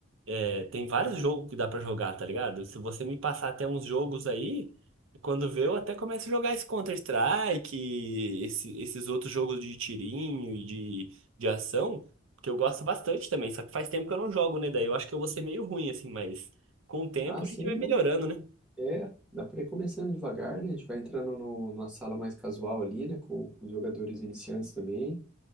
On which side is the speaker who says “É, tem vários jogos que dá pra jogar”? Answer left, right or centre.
Right